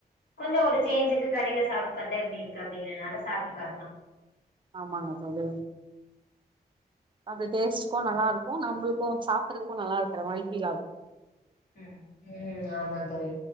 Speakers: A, on the left (about 75°); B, on the right (about 30°).
A: கொஞ்ச ஒரு சேஞ்சுக்கு கடையில சாப்பிட்டு பாத்தா எப்படி இருக்கு அப்படிங்கிறதுனால சாப்ட்டு பாக்கலாம்
B: ஆமாங்க தோழி அந்த டேஸ்ட்டுக்கு நல்லா இருக்கு நம்மளுக்கு சாப்பறதுக்கும் நல்லா இருக்கிற மாதிரி ஃபீல் ஆகும்
A: உம் உம் ஆமா தோழி